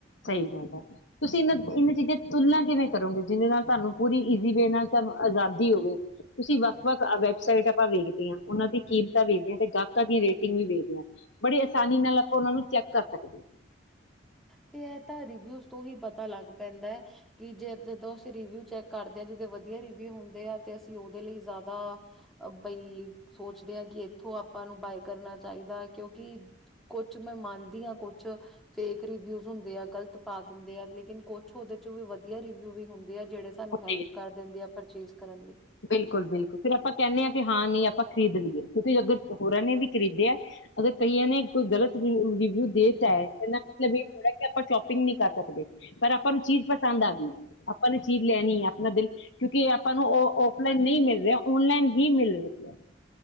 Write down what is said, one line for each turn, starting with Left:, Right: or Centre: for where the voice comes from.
Left: ਸਹੀ ਗੱਲ ਹੈ ਤੁਸੀਂ ਇਹਨਾਂ ਇਹਨਾਂ ਚੀਜ਼ਾਂ ਤੁਲਨਾ ਕਿਵੇਂ ਕਰੋਗੇ ਜਿਹਦੇ ਨਾਲ ਤੁਹਾਨੂੰ ਪੂਰੀ ਇਜੀ ਵੇ ਨਾਲ ਤੁਹਾਨੂੰ ਆਜ਼ਾਦੀ ਹੋਵੇ ਤੁਸੀਂ ਵੱਖ ਵੱਖ ਵੈਬਸਾਈਟ ਆਪਾਂ ਵੇਖਦੇ ਹਾਂ ਉਹਨਾਂ ਦੀ ਕੀਮਤਾਂ ਵੀਦੀਆਂ ਤੇ <unintelligible> ਸਾਡੀ ਰੇਟਿੰਗ ਵੀ ਵੇਖਦੇ ਹਾਂ ਬੜੀ ਆਸਾਨੀ ਨਾਲ ਆਪਾਂ ਉਹਨਾਂ ਨੂੰ ਚੈੱਕ ਕਰ ਸਕਦੇ
Centre: ਤੇ ਇਹ ਤਾਂ ਰਵਿਊ ਤੋਂ ਹੀ ਪਤਾ ਲੱਗ ਪੈਂਦਾ ਹੈ ਕਿ ਜੇ ਜਦੋ ਅਸੀਂ ਰਵਿਊ ਚੈਕ ਕਰਦੇ ਆ ਜਿ ਵਦਿਆ ਰਿਵਿਊ ਹੁੰਦੇ ਆ ਤੇ ਅਸੀਂ ਓਦੇ ਲਈ ਜ਼ਿਆਦਾ ਬਈ ਸੋਚਦੇ ਆ ਕਿ ਏਥੋਂ ਆਪਾਂ ਨੂੰ ਬਏ ਕਰਨਾ ਚਾਹੀਦਾ ਕਿਉਕਿ ਕੁਛ ਮੈਂ ਮੰਨਦੀ ਆ ਕੁਛ ਫੇਕ ਰਿਵਿਊ ਹੁੰਦੇ ਆ ਗ਼ਲਤ ਪਾ ਦਿੰਦੇ ਆ ਲੇਕਿਨ ਕੁਛ ਉਹਦੇ ਚ ਵੀ ਵਧੀਆ ਰਿਵਿਊ ਵੀ ਹੁੰਦ ਆ ਜਿਹੜੇ ਸਾਨੂੰ
Left: ਉੱਤੇ
Centre: ਹੈਲਪ ਕਰ ਦਿੰਦੇ ਆ ਪਰਚੇਸ ਕਰਨ ਲਈ
Left: ਬਿਲਕੁਲ ਬਿਲਕੁਲ ਫਿਰ ਆਪਾਂ ਕਹਿੰਦੇ ਹਾਂ ਕਿ ਹਾਂ ਨਹੀਂ ਆਪਾਂ ਖਰੀਦ ਲਈਏ ਕਿਉਂਕਿ ਅਗਰ ਹੋਰਾਂ ਨੇ ਵੀ ਖਰੀਦਿਆ ਅਗਰ ਕਈਆਂ ਨੇ ਕੋਈ ਗਲਤ ਰਿਵਿਊ ਦੇਤਾ ਹੈ ਇਹ ਮਤਲਬ ਇਹ ਥੋੜਾ ਕਿ ਆਪਾਂ ਸ਼ੋਪਿੰਗ ਨਹੀਂ ਕਰ ਸਕਦੇ ਪਰ ਆਪਾਂ ਨੂੰ ਚੀਜ਼ ਪਸੰਦ ਆਦੀ ਹੈ ਆਪਾਂ ਨੂੰ ਚੀਜ਼ ਲੈਣੀ ਹੈ ਆਪਣਾ ਦਿਲ ਕਿਉਂਕਿ ਆਪਾਂ ਨੂੰ ਉਹ ਉ ਲਾਈਨ ਨਹੀਂ ਮਿਲ ਰਿਹਾ ਔਨਲਾਈਨ ਹੀ ਮਿਲ ਰਹੀ ਹੈ।